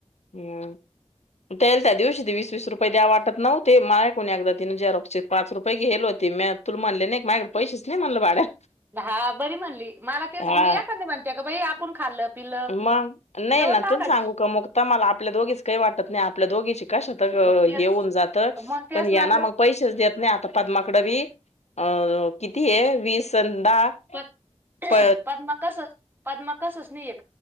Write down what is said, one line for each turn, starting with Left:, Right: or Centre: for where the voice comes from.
Left: हम त्याल त्या दिवशी ते वीस वीस रुपये द्या वाटत नव्हते माझ कडून एकदा तिनं झेरॉक्स पाच रुपये घेवलो होते मी तुला म्हणले नव्हतं ही माझ्याकडे पैसेच नाही म्हणलं भाड्यात
Right: हा बरी म्हणली मला तेच म्हणती
Left: हा
Right: एखादी ग बाई आपण खाल्लं. पिलं
Left: मग नाही
Right: देऊन
Left: ना
Right: टाकायच
Left: तुू न सांगू का मुक्ता मला अ आपल्या दोघीच काही वाटत नाही आपल्या दोघीची. कशात ग
Right: मग तेच
Left: येऊन जात
Right: मग तेच
Left: पण या ना
Right: ग
Left: मग पैसेच देत नाही आता पद्मा कडवी अ किती आहे वीस दहा
Right: पद
Left: प
Right: पद मकसस पद मकसस नील